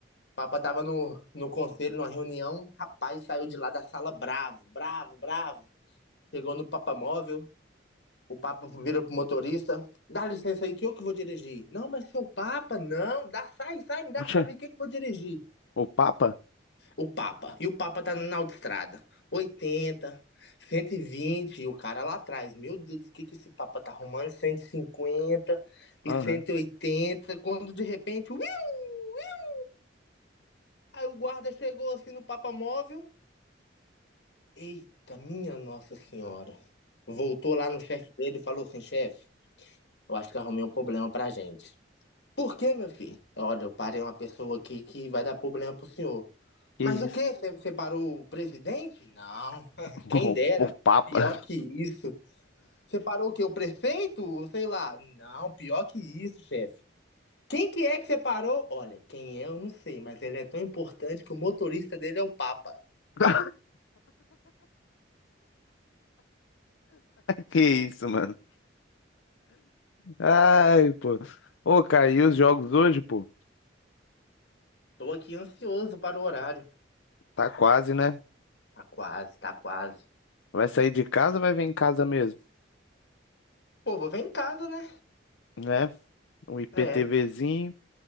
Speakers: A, on the left; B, on the left.
A: O Papa tava no, no conselho, numa reunião. Rapaz, saiu de lá da sala bravo, bravo, bravo. Chegou no Papa Móvel. O Papa vira pro motorista. Dá licença aí que eu que vou dirigir. Não, mas seu Papa, não. Dá, sai, sai, me dá
B: Poxa,
A: a chave aqui que eu vou dirigir.
B: o Papa?
A: O Papa. E o Papa tá na autoestrada. 80, 120, e vinte, e o cara lá atrás. Meu Deus, o que que esse Papa tá arrumando? 150
B: Aham,
A: e 180, quando de repente, uiu, uiu, aí o guarda chegou assim no Papa móvel. Eita, minha Nossa Senhora. Voltou lá no chefe dele e falou assim, chefe, eu acho que arrumei um problema pra gente. Por quê, meu filho? Olha, eu parei uma pessoa aqui que vai dar problema pro senhor.
B: que
A: Mas
B: isso.
A: o quê? Você você parou o presidente? Não. <laughs>
B: <laughs>
A: Quem
B: O,
A: dera.
B: o Papa?
A: Pior que isso. Você parou o quê? O prefeito? Sei lá. Não, pior que isso, chefe. Quem que é que você parou? Olha, quem é eu não sei, mas ele é tão importante que o motorista dele é o Papa.
B: <laughs> Que isso, mano? Ai, pô. Ô, caiu os jogos hoje, pô.
A: Tô aqui ansioso para o horário.
B: Tá quase, né?
A: Tá quase, tá quase.
B: Vai sair de casa ou vai ver em casa mesmo?
A: Pô, vou ver em casa, né?
B: Né? Um IPTVzinho.
A: É.